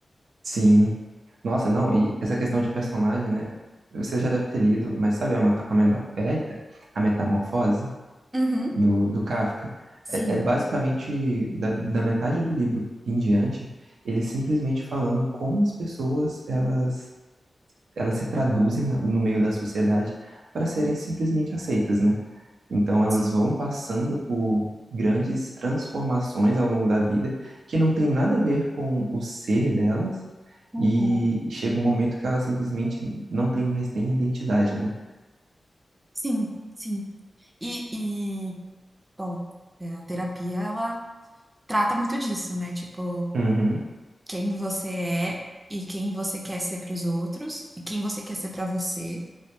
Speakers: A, on the right (about 85°); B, on the right (about 20°).
A: Sim. Nossa, não, e essa questão de personagem, né? Você já deve ter lido, mas sabe a, meta- a, meta- eita, a metamorfose
B: Uhum,
A: do, do Kafka?
B: sim,
A: É, é basicamente da, da metade do livro em diante, ele simplesmente falando como as pessoas elas, elas se traduzem na- no meio da sociedade para serem simplesmente aceitas, né? Então, elas
B: sim.
A: vão passando por grandes transformações ao longo da vida que não tem nada a ver com o ser delas
B: Uhum.
A: e chega um momento que elas simplesmente não tem mais nem identidade, né?
B: Sim, sim. E, e bom, é, a terapia, ela trata muito disso, né? Tipo,
A: Uhum,
B: quem você é e quem você quer ser para os outros e quem você quer ser para você,